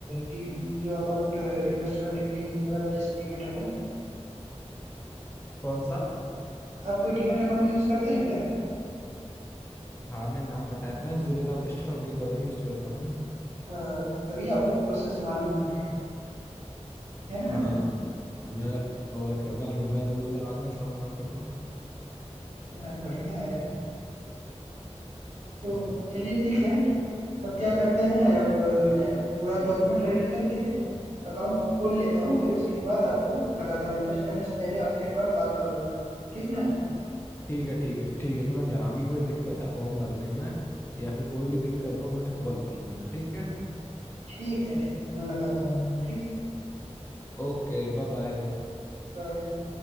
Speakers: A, on the right; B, on the left.
A: डी- जो अकाउंट इन्वेस्ट करने के लिए यूज हो रहा है जैसे डीमेट अकाउंट
B: कौन सा
A: आप कोई डीमेट अकाउंट यूज करते हैं क्या
B: हाँ मैं नाम बताया था जीरो का पिस्टल के दोनों यूज करता हूँ
A: अ, तभी आपको प्रोसेस मालूम है है ना
B: हाँ मैं और क्या मैं मैं रोज लगाता हूँ स्टॉक मार्केट में
A: अ, बढ़िया है तो
B: हम्म,
A: चलिए ठीक है अब क्या करते हैं अब
B: ठीक
A: मैं पूरा डॉक्यूमेंट रेडी करके अकाउंट खोल लेता हूँ फिर उसके बाद आपको लगाता हूँ इन्वेस्ट करने से पहले आपसे एक बार बात करूंगा ठीक ना
B: ठीक है ठीक है ठीक है तो मैं जहाँ भी कोई दिक्कत है फॉर्म भरने में या फिर कोई भी दिक्कत हो मुझे कॉल कर लेना ठीक है
A: ठीक है ठीक है मैं लगाता हूँ ठीक है
B: Okay bye bye
A: बाय